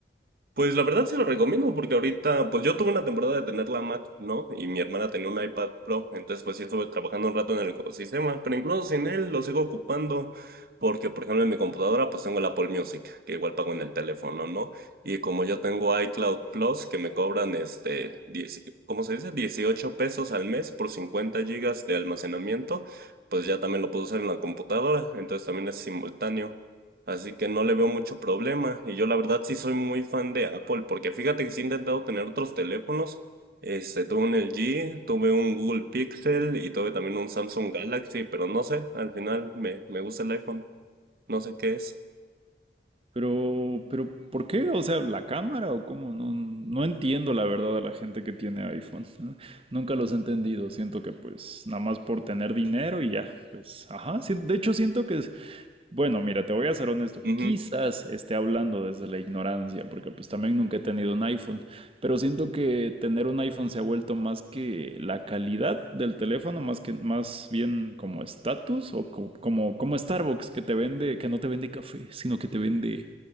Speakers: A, on the right; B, on the right.
A: Pues la verdad sí lo recomiendo porque ahorita, pues yo tuve una temporada de tener la Mac, ¿no? Y mi hermana tenía un iPad Pro, entonces pues sí estuve trabajando un rato en el ecosistema, pero incluso sin él lo sigo ocupando porque, por ejemplo, en mi computadora pues tengo el Apple Music, que igual pago en el teléfono, ¿no? Y como yo tengo iCloud Plus, que me cobran este, 10 ¿cómo se dice? 18 pesos al mes por 50 gigas de almacenamiento, pues ya también lo puedo usar en la computadora, entonces también es simultáneo. Así que no le veo mucho problema. Y yo la verdad sí soy muy fan de Apple, porque fíjate que sí he intentado tener otros teléfonos. Este, tuve un LG, tuve un Google Pixel y tuve también un Samsung Galaxy, pero no sé, al final me, me gusta el iPhone. No sé qué es.
B: Pero, pero, ¿por qué? O sea, ¿la cámara o cómo? No, no entiendo la verdad a la gente que tiene iPhone. <laughs> Nunca los he entendido. Siento que pues nada más por tener dinero y ya. Pues, ajá. sí, De hecho, siento que es- Bueno, mira, te voy a ser honesto.
A: Ujú.
B: Quizás esté hablando desde la ignorancia, porque pues también nunca he tenido un iPhone, pero siento que tener un iPhone se ha vuelto más que la calidad del teléfono, más que más bien como estatus o co- como como Starbucks que te vende que no te vende café, sino que te vende